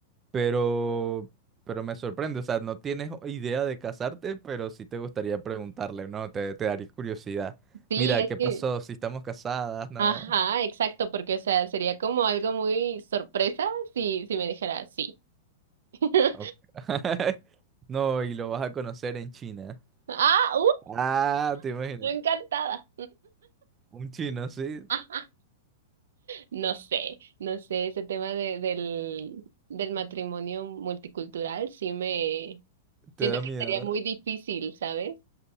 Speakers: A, on the right; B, on the right.
A: pero, pero me sorprende, o sea, no tienes idea de casarte, pero sí te gustaría preguntarle, ¿no? Te, te daría curiosidad.
B: Sí,
A: Mira,
B: es
A: ¿qué
B: que,
A: pasó? Si estamos casadas, ¿no?
B: ajá, exacto, porque, o sea, sería como algo muy sorpresa si, si me dijera sí. <laughs>
A: Ok. <laughs> No, y lo vas a conocer en China.
B: Ah,
A: Ah, te imaginas.
B: Yo encantada.
A: Un chino así
B: <laughs> No sé, no sé, ese tema de, del, del matrimonio multicultural sí me
A: te
B: siento
A: da miedo.
B: que sería muy difícil, ¿sabes?